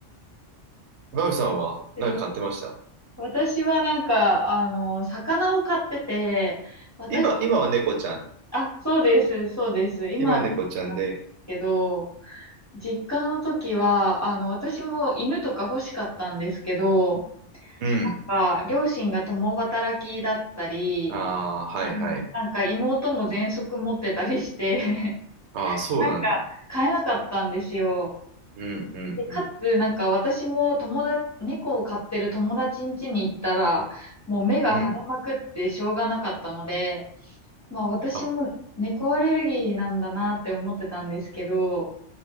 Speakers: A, on the right; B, on the left.
A: マミさんは何か飼ってました
B: 白い。私はなんか、あの、魚を飼ってて、私、
A: 今、今は猫ちゃん。
B: あ、そうです、そうです。今、
A: 今は猫ちゃんで、
B: けど、実家の時は、あの、私も犬とか欲しかったんですけど、
A: うん。
B: なんか両親が共働きだったり、
A: ああ、はいはい。
B: うんなんか妹も喘息持ってたりして、<laughs>
A: ああ、そうなんだ。
B: なんか飼えなかったんですよ。
A: うんうんうん。
B: で、かつ、なんか私も友達、猫を飼ってる友達ん家に行ったら、もう目が腫れまくってしょうがなかったので、
A: うん。
B: まあ私も猫アレルギーなんだなって思ってたんですけど、
A: あ、